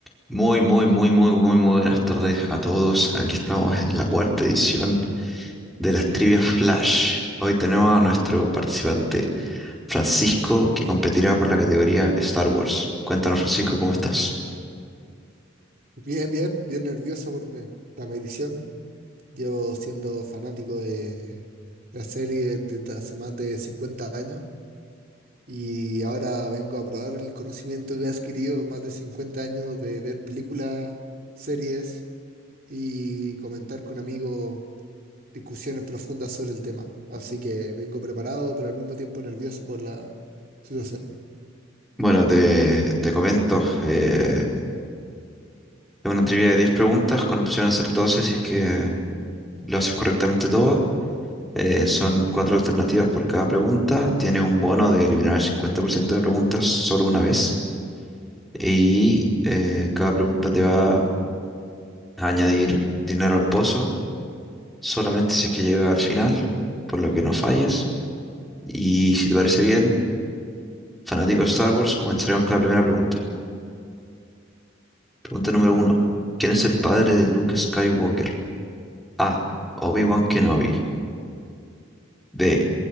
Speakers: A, in the centre; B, on the right (about 45°).
A: Muy, muy, muy, muy, muy, muy buenas tardes a todos. Aquí estamos en la cuarta edición de las Trivias Flash. Hoy tenemos a nuestro participante Francisco, que competirá por la categoría Star Wars. Cuéntanos, Francisco, ¿cómo estás?
B: Bien, bien, bien nervioso por mi- esta aparición. Llevo siendo fanático de la serie desde hace más de 50 años y ahora vengo a probar el conocimiento que he adquirido en más de 50 años de ver películas, series y comentar con amigos discusiones profundas sobre el tema. Así que vengo preparado, pero al mismo tiempo nervioso por la situación.
A: Bueno, te, te comento. eh, es una trivia de 10 preguntas con opción a hacer 12 si es que lo haces correctamente todo. Eh, son cuatro alternativas por cada pregunta. Tienes un bono de eliminar el 50% de preguntas solo una vez. Y eh, cada pregunta te va añadir dinero al pozo, solamente si es que llega al final, por lo que no falles. Y si te parece bien, fanático de Star Wars, comenzaremos con la primera pregunta. Pregunta número uno. ¿Quién es el padre de Luke Skywalker? A. Obi-Wan Kenobi. B.